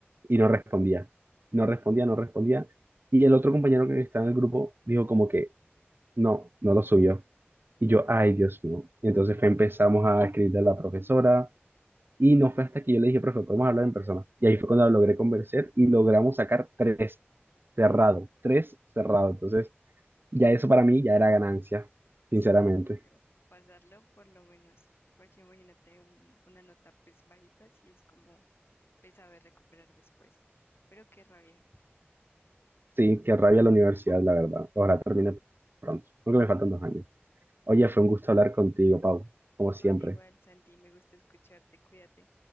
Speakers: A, on the right (about 55°); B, on the left (about 65°).
A: Y no respondía, no respondía,
B: No.
A: no respondía. Y el otro compañero que está en el grupo dijo como que, no, no lo subió. Y yo, ay, Dios mío. Y entonces fue- empezamos a escribirle a la profesora, y no fue hasta que yo le dije, profe, podemos hablar en persona. Y ahí fue cuando logré convencer y logramos sacar tres cerrado, tres cerrado. Entonces, ya eso para mí ya era ganancia, sinceramente.
B: Sí, obvio. Pasarlo por lo menos, porque imagínate un- una nota pues bajita, sí es como pues saber recuperar después. Pero qué rabia.
A: Sí, qué rabia la universidad, la verdad. Ahora termina pronto, aunque me faltan dos años. Oye, fue un gusto hablar contigo, Pau, como siempre.
B: Oye, igual, Santi, me gusta escucharte, cuídate.